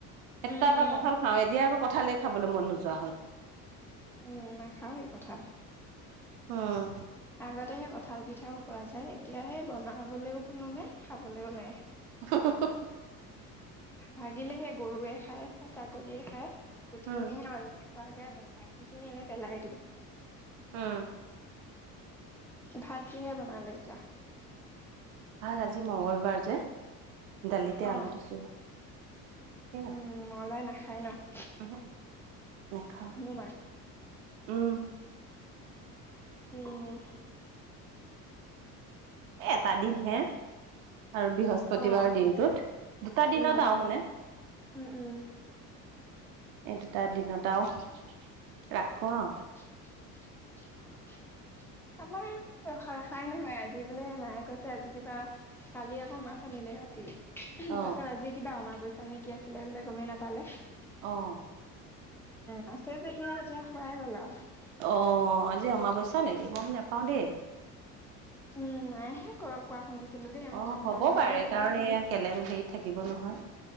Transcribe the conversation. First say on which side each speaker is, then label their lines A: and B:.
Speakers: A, on the right; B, in the centre.
A: এটা-এটা
B: উম উম
A: কঁঠাল খা খাওঁ। এতিয়া আকৌ কঁঠালেই খাবলৈ মন নোযোৱা হ'ল।
B: উম, নখাও এই কঁঠাল।
A: অহ।
B: আগতে সেই কঁঠাল পিঠাও খোৱা যায়, এতিয়া সেই বনাবলৈও কোনো নাই খাবলৈও নাই।
A: <unintelligible>
B: ভাগিলেহে গৰুৱে খায় বা ছাগলীয়ে খায় গুটিখিনিহে
A: উম
B: মানুহে খোৱা যায়, বাকীখিনি এনেই পেলাই দিওঁ।
A: উম
B: ভাত কিহিৰে বনালে এতিয়া?
A: ভাত আৰু আজি মঙলবাৰ যে দালিতে
B: অ
A: আলু দিছো সেয়া।
B: উম, মঙলবাৰে নাখায় ন'।
A: উমহোক নেখাওঁ
B: হনুমান
A: উম।
B: উম।
A: এ এটা দিন হে। আৰু বৃহস্পতিবাৰ
B: অ
A: দিনটোত, দুটা দিনত
B: উম
A: আৰু মানে।
B: উম', উম'।
A: এই দুটা দিনত আৰু ৰাখোঁ আৰু।
B: <unintelligible> আমাৰ ৰাখাই নহয়, আজি বোলে মায়ে কৈছে আজি কিবা কালি আকৌ মাছ আনিলে ৰাতি।
A: অ',
B: তাৰ পিছত আজি কিবা অমাৱস্যা নে কি আছিলে বোলে গমেই নাপালে।
A: অ',
B: মাছে যেতিয়া এতিয়া খোৱাই গ'ল আৰু।
A: অ, আজি অমাৱস্যা নেকি গম নোপাওঁ দেই।
B: উম, নাই হে। কোৱা শুনিছিলোঁ দেই? মই
A: অ,
B: কনফাৰ্ম
A: হব
B: নহয়
A: পাৰে
B: বাৰু
A: কাৰণ এয়া কেলেন হেৰিত থাকিব নহয়।